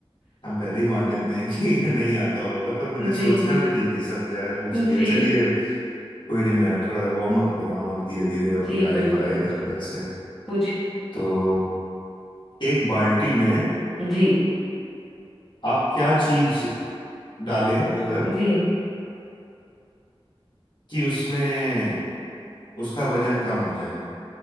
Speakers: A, on the left; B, in the centre.
A: हम पहले ही मान लेते हैं कि <laughs> नहीं आता होगा पर मैंने सोचना
B: जी जी
A: भी ठीक नहीं समझा है पूछ
B: जी
A: लिया चलिए कोई नहीं मैं अब थोड़ा वार्म अप हो रहा हूँ अब धीरे धीरे अभी
B: जी
A: आएगा
B: बिल्कुल
A: आएगा अंदर से
B: पूछिए
A: तो एक बाल्टी में
B: जी
A: आप क्या चीज डालें अगर
B: जी
A: कि उसमें उसका वजन कम हो जाए